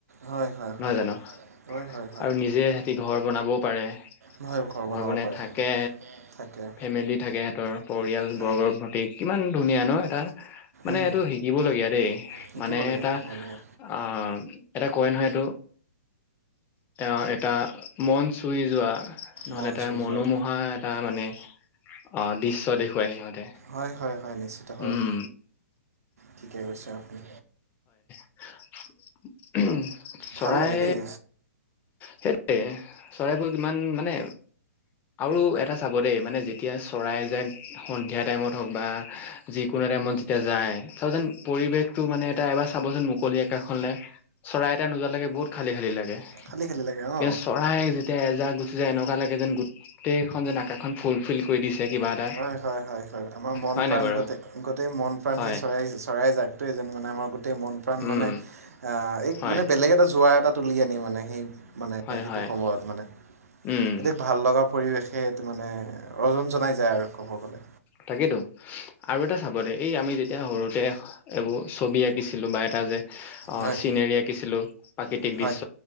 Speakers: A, on the right; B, on the left.
A: হয় হয়
B: নহয়
A: হয়
B: জানো
A: হয় হয় হয়
B: আৰু নিজে সিতি ঘৰ বনাবও পাৰে
A: নহয় ঘৰ
B: <unintelligible>
A: বনাব পাৰে
B: থাকে
A: থাকে
B: ফেমিলি থাকে সহঁতৰ পৰিয়াল
A: হয়
B: বৰ্গৰ প্ৰতি কিমান ধুনীয়া ন এটা মানে
A: উম
B: এইটো শিকিব দলগীয়া দেই
A: শিকিব
B: মানে
A: লাগে
B: এটা
A: শিকিব লাগে
B: অ এতা কই নহই এটো অ এটা মন চুই যোৱা নহ'লে
A: মন
B: এটা
A: চুই
B: মনোমোহা
A: যোৱা
B: এটা মানে অ দৃশ দেখুৱাই সিহঁতে
A: হয় হয় নিশ্চিত হয়
B: উম
A: ঠিকে কৈছে আপুনি
B: উম চৰাই
A: ভাল লাগে দেই
B: সেইটোৱে চৰাইবোৰ কিমান মানে আৰু এটা চাব দেই মানে যেতিয়া চৰাই যাক সন্ধিয়া টাইমত হওক বা যিকোনো টাইমত যেতিয়া যায় চ যেন পৰিৱেশটো মানে এটা এবাৰ চাবচোন মুকলি আকাখনলে চৰাই এটা নোযোৱালৈকে বহুত খালি খালি লাগে
A: খালী খালী লাগে অঁ
B: কিন্তু চৰাই যেতিয়া এজাক গুচি যায় এনেকুৱা লাগে যেন গোটেইখন যেন এখন ফুল ফিল কৰি দিছে কিবা এটা
A: হয় হয় হয় হয় আমাৰ মন
B: হয়
A: প্ৰাণ
B: নাই বাৰু
A: গোটেই গোটেই মন প্ৰাণ
B: হয়
A: সেই চৰাই চৰাই জাকটোৱে যেন মানে আমাৰ গটেই গ মন প্ৰাণ
B: উম
A: মানে আহ এই
B: হয়
A: মানে বেলেগ এটা জোৱা এটা তুলিয় আনি মানে সেই মানে
B: হয়
A: সেইটো
B: হয়
A: সময়ত মানে
B: উম
A: এতি ভাল লগা পৰিৱেশে এইটো মানে অজন জনাই যায় আৰু ক'ব গ'লে
B: তাকেইেতো আৰু এটা চাব দে এই আমি যেতিয়া সৰুতে এইবোৰ ছবি আঁকিছিলোঁ বা এটা যে অ
A: হয়
B: চিনেৰি আঁকিছিলো প্ৰাকৃতিক
A: হয়
B: দৃশ্য